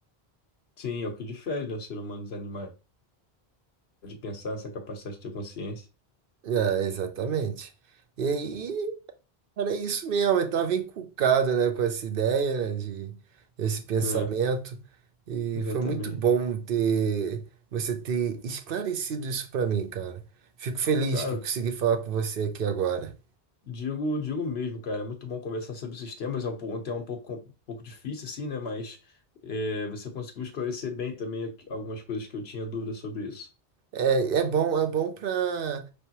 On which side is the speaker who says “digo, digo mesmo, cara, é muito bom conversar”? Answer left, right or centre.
Left